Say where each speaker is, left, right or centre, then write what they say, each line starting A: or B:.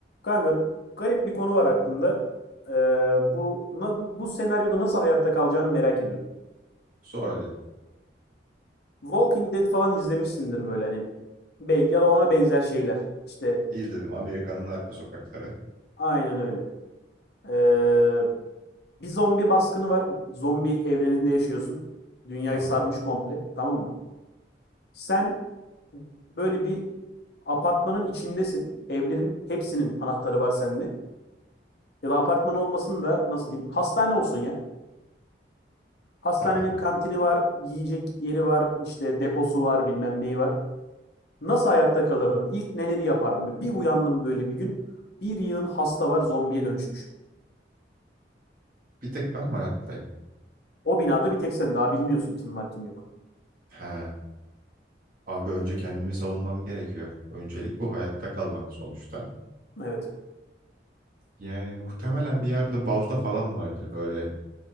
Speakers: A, on the left; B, on the right.
A: Kanka garip bir konu var aklımda. Ee, bu na- bu senaryoda nasıl hayatta kalacağını merak ediyorum.
B: Sor hadi.
A: Walking Dead falan izlemişsindir böyle hani belki ya da ona benzer şeyler. İşte
B: İzledim Amerika'nın arka sokakları.
A: aynen öyle. Ee, bir zombi baskını var. Zombi evreninde yaşıyorsun. Dünyayı
B: Tamam.
A: sarmış komple, tamam mı? Sen böyle bir apartmanın içindesin. Evlerin hepsinin anahtarı var sende. Ya da apartman olmasın da nasıl diyeyim? Hastane olsun ya. Hastanenin
B: Tamam.
A: kantini var, yiyecek yeri var, işte deposu var, bilmem neyi var. Nasıl hayatta kalırdın? İlk neleri yapardın? Bir uyandım böyle bir gün. Bir yığın hasta var, zombiye dönüşmüş.
B: Bir tek ben mi hayattayım?
A: O binada bir tek sen daha bilmiyorsun kim var kim yok.
B: Ha. Abi önce kendimi savunmam gerekiyor. Öncelik bu hayatta kalmak sonuçta.
A: Evet,
B: Yani muhtemelen bir yerde balta falan vardır. Böyle